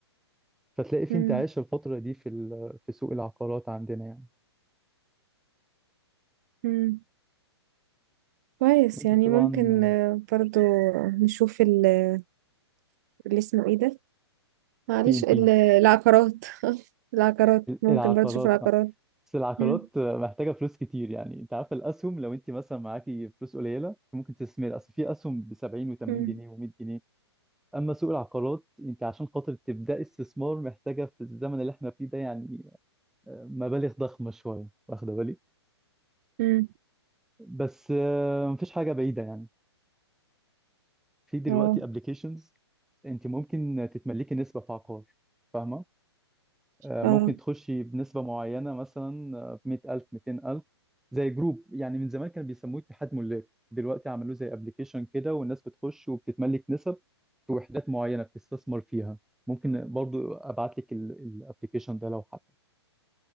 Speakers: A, in the centre; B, on the right.
A: فتلاقي في
B: مم.
A: انتعاش الفتره دي في ال... في سوق العقارات عندنا يعني
B: مم. كويس
A: وانت
B: يعني
A: طبعا
B: ممكن آه، برضو نشوف ال- اللي اسمه ايه ده معلش
A: بي ام
B: ال-
A: بي
B: العقارات <laughs> العقارات ممكن
A: العقارات
B: برضو نشوف العقارات
A: اه بس العقارات
B: مم.
A: محتاجه فلوس كتير يعني انت عارف الاسهم لو انت مثلا معاكي فلوس قليله ممكن تستثمر اصل في اسهم ب 70 و80 جنيه
B: مم.
A: و100 جنيه اما سوق العقارات انت عشان خاطر تبداي استثمار محتاجه في الزمن اللي احنا فيه ده يعني آه، مبالغ ضخمه شويه واخده بالك
B: مم.
A: بس آه، مفيش حاجه بعيده يعني في دلوقتي
B: اه
A: ابلكيشنز انت ممكن تتملكي نسبه في عقار فاهمه آه،
B: اه
A: ممكن تخشي بنسبه معينه مثلا آه، 100000 200000 زي جروب يعني من زمان كانوا بيسموه اتحاد ملاك دلوقتي عملوه زي ابلكيشن كده والناس بتخش وبتتملك نسب في وحدات معينه بتستثمر فيها ممكن برضو ابعت لك الابلكيشن ده لو حابه